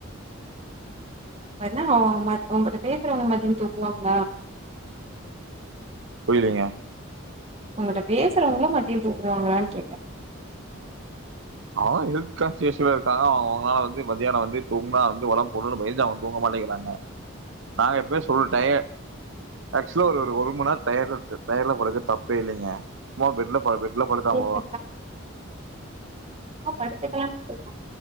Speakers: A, on the right (about 30°); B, on the right (about 65°).
A: <unintelligible> உங்கக்கிட்ட பேசுறவங்க மதியமு தூங்குவாங்களா
B: புரியலீங்க
A: உங்கிட்ட பேசுறவங்களு மதிய தூக்குவாங்களான்னு கேட்டே
B: அவ அவ ஹெல்த் கான்ஷியஸ்ஸோட இருக்காங்க அவங்க அவங்களாது வந்து மதியான வந்து தூங்குனா வந்து ஒடம்ப போட்டுடுன்னு பயந்து அவங்க தூங்க மாட்டேங்கிறாங்க நா எப்பயுமே <unintelligible> ஆக்ஷுவலா ஒரு ஒரு மணி நேர டயர்ட்ல த் டயர்ட்ல போறது தப்பே இல்லைங்க <unintelligible> பெட்ல படு பெட்ல படுத்தா
A: எங்க
B: <unintelligible>
A: ஆ படுத்துக்கலா <unintelligible>